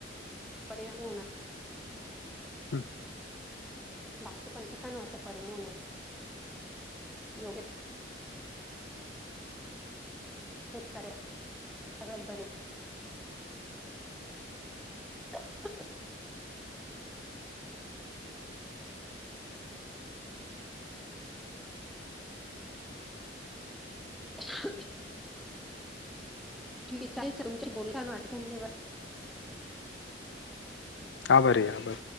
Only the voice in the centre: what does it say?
परिणाम होणार
बाकी पण ठिकाण होते परिणामं,,, योगे शेतकरयाचा सगळंच बजेट <unintelligible> <inaudible> ठीक चालेल तुमच्याशी बोलून छान वाटलं धन्यवाद.